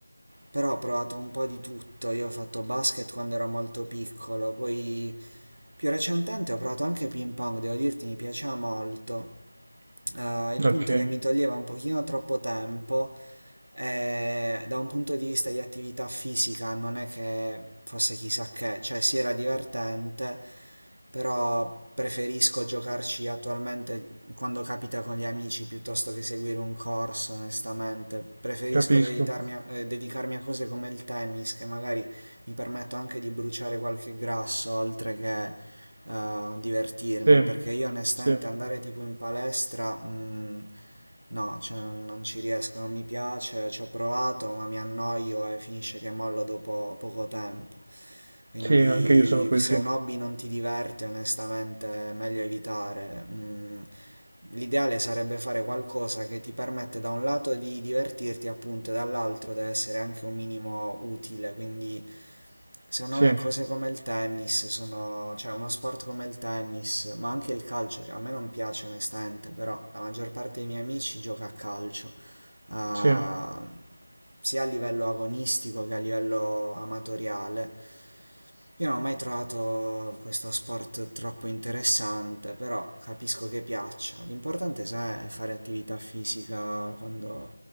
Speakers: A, on the right; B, on the right.
A: però ho provato un po' di tutto. Io ho fatto basket quando ero molto piccolo, poi Più recentemente ho provato anche ping pong, devo dirti mi piaceva molto. Eh, il
B: Ok,
A: punto è che mi toglieva un pochino troppo tempo e da un punto di vista di attività fisica non è che fosse chissà che, cioè sì era divertente, però preferisco giocarci attualmente quando capita con gli amici piuttosto che seguire un corso, onestamente. Preferisco
B: capisco.
A: dedicarmi a, eh, dedicarmi a cose come il tennis, che magari mi permetto anche di bruciare qualche grasso, oltre che eh, divertirmi,
B: Sì,
A: perché io onestamente
B: sì,
A: andare tipo in palestra, mm, no, cioè, non non ci riesco, non mi piace, ci ho provato, ma mi annoio e finisce che mollo dopo poco tempo. Quindi
B: sì, anche io sono così.
A: se un hobby non ti diverte, onestamente, è meglio evitare. Mm, L'ideale sarebbe fare qualcosa che ti permette da un lato di divertirti, appunto, e dall'altro deve essere anche un minimo utile, quindi Secondo
B: Sì,
A: me cose come il tennis sono, cioè uno sport come il tennis, ma anche il calcio, che a me non piace onestamente, però la maggior parte dei miei amici gioca a calcio, ah,
B: sì,
A: sia a livello agonistico che a livello amatoriale. Io non ho mai trovato questo sport troppo interessante, però capisco che piaccia. L'importante, sai, è fare attività fisica quando,